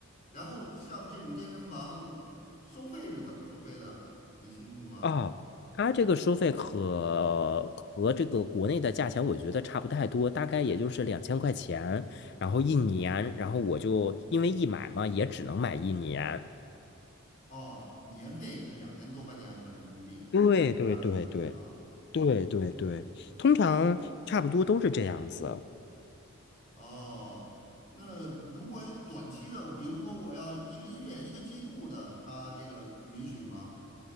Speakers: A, on the left; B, on the left.
A: 然后像这种健身房收费是怎么收费的？你清楚吗？
B: 啊，它这个收费和和这个国内的价钱我觉得差不太多，大概也就是两千块钱，然后一年，然后我就因为一买嘛，也只能买一年。
A: 哦，年费是两千多块钱合人民币，
B: 对对对对。
A: 相当于啊。
B: 对对对，通常差不多都是这样子。
A: 哦，那如果短期的，比如说我要一个月、一个季度的，它这个允许吗？